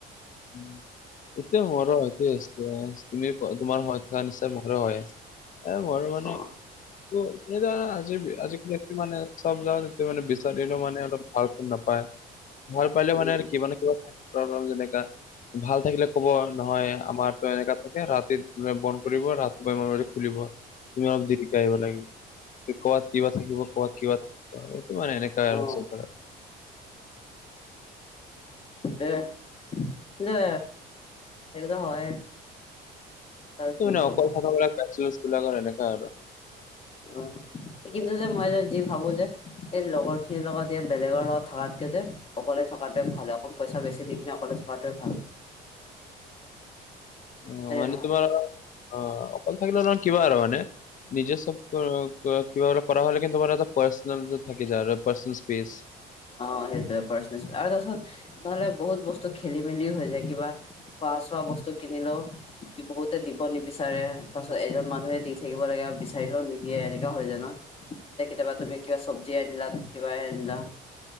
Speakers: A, on the left; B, on the left.
A: <unintelligible> <unintelligible> তুমি ক তোমাৰ সহায়ত থকা নিচা মৰ হয় এ মৰ মানে
B: অ
A: অ কেদাৰা আজি আজিকালি তোমাৰ মানে <unintelligible> মানে বিচাৰিলেও মানে অলপ ভাল ফোন নাপায় ভাল পালে
B: উম
A: মানে কিবা না কিবা থাক তৰ তৰ যেনেকা ভাল থাকিলে কব নহয় আমাৰতো এনেকা থাকে ৰাতিৰ দুটাই বন্ধ কৰিব ৰাতিপুৱা <unintelligible> খুলিব তুমি অলপ দেৰিকে আহিব লাগিব। কি ক'ত কিবা থাকিব ক'ত কিবাত এইটো মানে মানে এনেকা আৰু
B: অ
A: <unintelligible>
B: তে সিতে সেইটোত হয়। আৰু
A: <unintelligible>
B: কি কবা অ। কিন্তু যে মই যে যি ভাবো যে এই লগৰ খিনিৰ লগত ই বেলেগৰ লগত থাকাতকে যে অকলে থকাটোৱে ভাল অকণ পইচা বেছি দি কিনে অকলে থকাটোৱে ভাল। <inaudible>
A: অ', মানে
B: নহয়
A: তোমাৰ অ', অকল থাকিলে ন কিবা আৰু মানে নিজে চব কিবা কৰা হ'লে কিন্ত তোমাৰ এটা পাৰ্চনেল থাকি যাই আৰু পাৰ্চনেল চেস্প।
B: অ', সেইটো পাৰ্চনেল চেস্প আৰু তাৰিছত নহলে বহুত বস্তু খেলি মেলিও হৈ যায় কিবা খোৱা চোৱা বস্তু কিনিলেও বহুতে দিব নিবিচাৰে তাৰ পিছত এজন মানুহে দি থাকিব লাগে আৰু বিচাৰিলেও নিদিয়ে এনেকা হয় যায় ন। কেতিয়াবা তুমি কিবা চব্জি আনিলা কিবা এ আনিলা